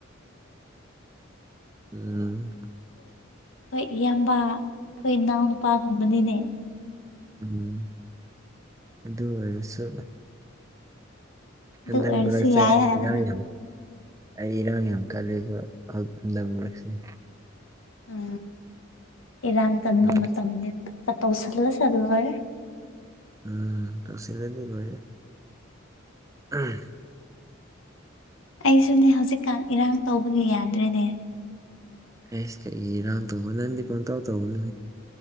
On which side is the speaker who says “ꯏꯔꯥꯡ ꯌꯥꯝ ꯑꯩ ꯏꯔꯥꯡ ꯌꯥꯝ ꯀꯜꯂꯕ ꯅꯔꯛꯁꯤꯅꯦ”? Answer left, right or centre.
Right